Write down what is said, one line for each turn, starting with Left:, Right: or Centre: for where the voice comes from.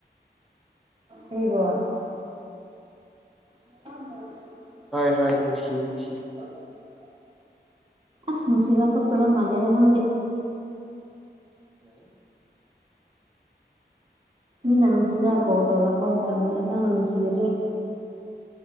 Right: ꯑꯩꯕꯨ <unintelligible>
Centre: ꯍꯣꯏ ꯍꯣꯏ ꯅꯨꯡꯁꯤ ꯅꯨꯡꯁꯤ
Right: ꯑꯁ ꯃꯁꯤꯡꯒ ꯐꯛꯇꯕ ꯃꯅꯦꯗ ꯅꯪꯗꯤ
Centre: ꯎ
Right: ꯃꯤꯅ ꯅꯨꯡꯁꯤꯔꯒ ꯀꯣꯜ ꯇꯧꯔꯔꯛꯄ ꯃꯇꯝꯗ ꯅꯪꯅ ꯅꯨꯡꯁꯤꯔꯗꯤ